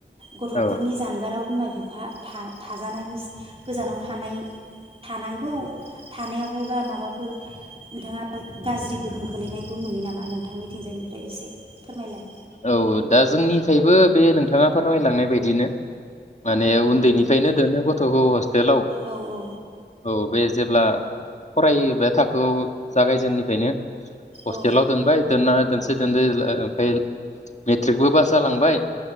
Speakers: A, on the right (about 30°); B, on the left (about 40°).
A: गथ'फोरनि
B: औ
A: जानगाराव बिमा बिफा था थाजानायनि गोजानाव थानाय थानांगौ थानायावहायबा माबाफोर नोंथाङा गाज्रि गोहोम खोलैनायखौ नुयो नामा नोंथांनिथिंजायनिफ्राय एसे फोरमायलाय?
B: औ दा जोंनिफ्रायबो बे नोंथाङा फोरमायलांनाय बायदिनो माने उन्दैनिफ्रायनो दोनो गथ'खौ हसटेलाव
A: औ औ
B: औ बे जेब्ला फरायोब्ला थाखोआव जागायजेननिफ्रायनो हस्टेलाव
A: औ
B: दोनबाय दोनना दोसे दोनदोला फाइ मेट्रिकबो फास जालांबाय।